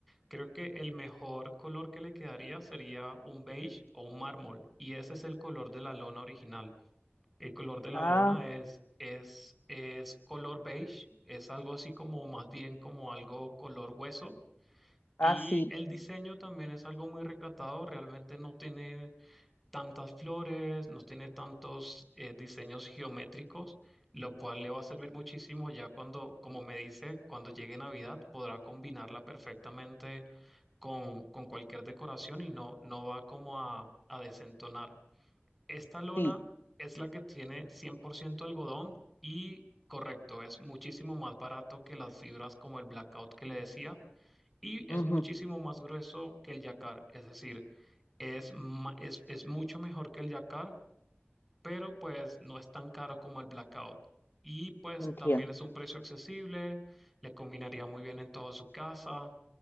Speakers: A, in the centre; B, on the left.
A: creo que el mejor color que le quedaría sería un beige o un mármol, y ese es el color de la lona original. El color de la
B: Ah,
A: lona es, es, es color beige, es algo así como más bien como algo color hueso. Y
B: ah, sí,
A: el diseño también es algo muy recatado, realmente no tiene tantas flores, no tiene tantos eh, diseños geométricos, lo cual le va a servir muchísimo ya cuando, como me dice, cuando llegue Navidad podrá combinarla perfectamente con, con cualquier decoración y no, no va como a, a desentonar. Esta lona
B: sí.
A: es la que tiene 100% algodón y correcto, es muchísimo más barato que las fibras como el blackout que le decía y
B: Ujú,
A: es muchísimo más grueso que el yacar, es decir, es, ma- es, es mucho mejor que el yacar, pero pues no es tan caro como el blackout. Y pues
B: Entiendo.
A: también es un precio accesible, le combinaría muy bien en toda su casa.